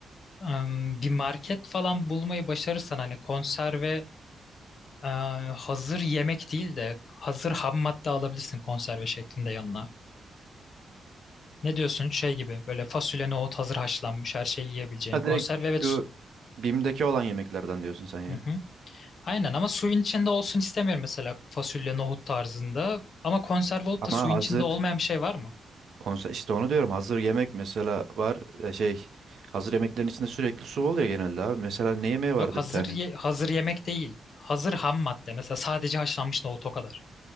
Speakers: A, on the left; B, on the right.
A: Ee, bir market falan bulmayı başarırsan hani konserve e, hazır yemek değil de hazır ham madde alabilirsin konserve şeklinde yanına. Ne diyorsun? Şey gibi böyle fasulye, nohut hazır haşlanmış her şeyi yiyebileceğin.
B: Ha
A: Konserve
B: direkt
A: evet.
B: şu BİM'deki olan yemeklerden diyorsun sen ya.
A: Hı hı. Aynen ama suyun içinde olsun istemiyorum mesela fasulye, nohut tarzında. Ama konserve olup
B: Ama
A: da suyun
B: hazır
A: içinde olmayan bir şey var mı?
B: konser işte onu diyorum hazır yemek mesela var e, şey hazır yemeklerin içinde sürekli su oluyor genelde abi. Mesela ne yemeği vardı
A: Yok hazır
B: bir tane?
A: ye- hazır yemek değil. Hazır ham madde. Mesela sadece haşlanmış nohut o kadar.